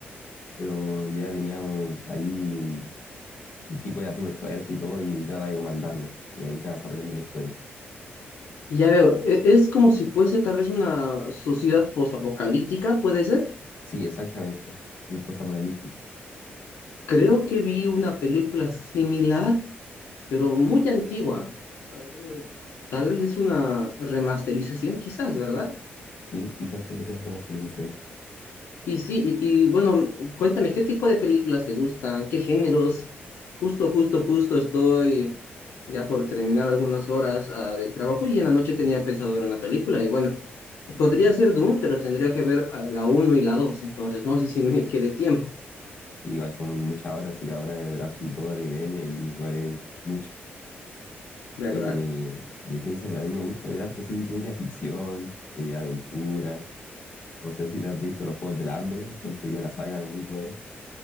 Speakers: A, on the left; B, on the left.
A: Pero ya tenía un, ahí. El tipo era súper fuerte y todo, y, trata de comandarlo. Y ahí se va desarrollando la historia.
B: Ya veo. e- Es como si fuese tal vez una sociedad posapocalíptica, ¿puede ser?
A: Sí, exactamente. Sí, post-apocalipsis.
B: Creo que vi una película similar, pero muy antigua. Ah, eh, Tal vez es una remasterización, quizás, ¿verdad?
A: Sí, quizás podría ser una remasterización.
B: Y sí, y, y, bueno, cuéntame, ¿qué tipo de películas te gustan? ¿Qué géneros? Justo, justo, justo estoy ya por terminar algunas horas ah, del trabajo y en la noche tenía pensado ver una película. Y bueno, podría ser Doom, pero tendría que ver a la uno y la dos entonces no sé si me <laughs> quede tiempo,
A: Y Igual son muchas horas y cada una debe durar sus dos horas y media y igual es mucho.
B: ¿verdad?
A: Eh, de ciencia, a mí me gusta ver harto, sí, ciencia ficción, eh, aventura. No sé si te has visto los Juegos del Hambre, encuentro que es una saga muy buena.